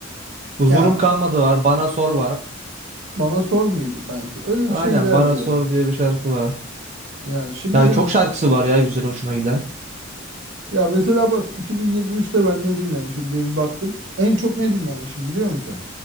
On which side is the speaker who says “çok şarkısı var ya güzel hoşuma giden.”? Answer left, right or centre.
Right